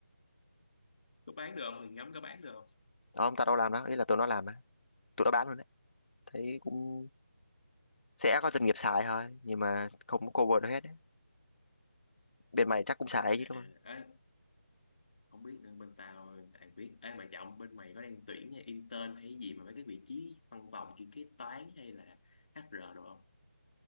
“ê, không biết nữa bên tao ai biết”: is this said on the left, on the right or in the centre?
Left